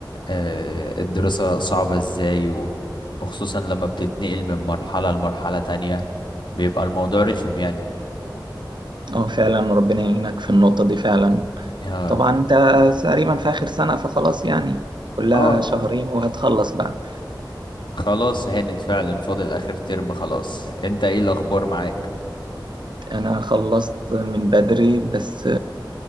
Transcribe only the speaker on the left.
آه، الدراسة صعبة ازاي و- وخصوصا لما بتتنقل من مرحلة لمرحلة تانية بيبقى الموضوع رخم يعني
اه
آه،
خلاص هانت فعلا فاضل اخر ترم خلاص انت ايه الاخبار معاك